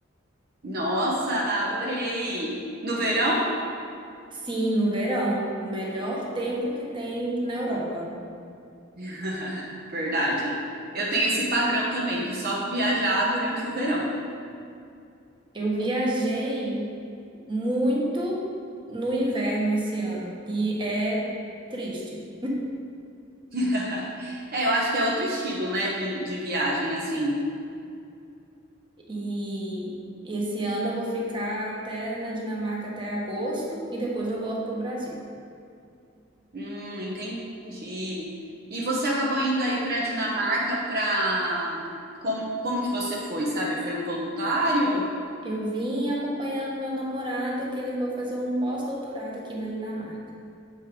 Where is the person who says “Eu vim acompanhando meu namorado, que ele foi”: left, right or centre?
Right